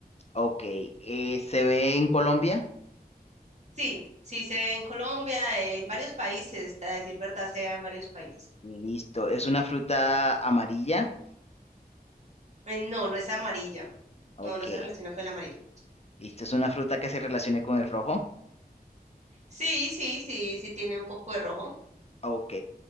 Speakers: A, on the left; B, on the right.
A: Ok, eh, ¿se ve en Colombia?
B: Sí, sí se ve en Colombia, en varios países, a decir verdad, se da en varios países.
A: Listo. ¿Es una fruta amarilla?
B: Eh, No, no es amarilla.
A: Ok,
B: No, no se relaciona con el amarillo.
A: listo. ¿Es una fruta que se relacione con el rojo?
B: Sí, sí, sí, sí tiene un poco de rojo.
A: Ok.